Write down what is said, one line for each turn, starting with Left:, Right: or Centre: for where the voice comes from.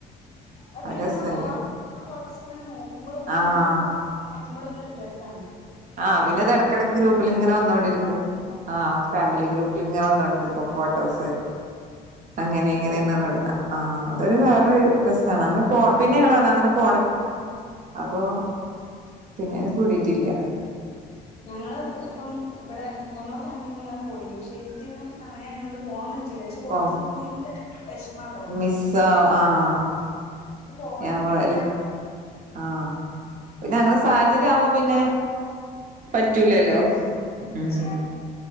Left: അഹ് പിന്നെങ്ങനെ
Right: രസല്ലേ
Left: വ്വാ ഫോട്ടോസൊക്കെങ്ങനെ നോക്കുമ്പളും പിന്നെ
Right: ആഹ്
Left: ഞ്ഞമ്മക്ക്. നോക്കുമ്പളൊരു രസാണ്.
Right: ആഹ് പിന്നെതെട്ക്കെട്ക്ക്
Left: ഞങ്ങൾ കൊറേ
Right: ഗ്രൂപ്പ്ല്ങ്ങനെ
Left: സംസാരിച്ചു.
Right: വന്നോണ്ടിരിക്കും ആഹ് ഫാമിലി ഗ്രൂ പ്ല്ങ്ങ വന്നോണ്ടിരിക്കും ഫോട്ടോസ് അങ്ങനെ
Left: ശരിയാ
Right: ഇങ്ങനെന്നർഞ് വിട. ആഹ് അതൊരു വേറൊരു രസാണ് അങ്ങനെ പോ പിന്നെങ്ങള്
Left: ഞങ്ങള്
Right: പർഞ്ഞ് അങ്ങനെ പോണ അപ്പോ പിന്നയ്ന് കൂടിറ്റില്ല.
Left: ഞങ്ങള് ഇപ്പം ഇവിടെ ഞങ്ങളെ ഫാമിലിന്നു ങ്ങനെ പോയീനി പക്ഷെ ഇൻക്ക്യിങ്ങനെ സമയായോണ്ട് പോവാ പറ്റീലച്ച്. ട്ട് ഫോട്ടോസ്
Right: പോ
Left: കാണുപോ ഭയങ്ക വെശ്മാട്ടോ.
Right: മിസ്സ് ആഹ് ആഹ്
Left: ക്ക് പോവാനും
Right: ഞമ്മള്
Left: വെയ്യ.
Right: ആഹ് പിന്നങ്ങനെ
Left: ഒരു
Right: സാ ചര്യാവു പിന്നെ
Left: ആഹ്
Right: പറ്റൂലല്ലോ
Left: ഒഴിവാക്ക
Right: ഉം.
Left: ശരി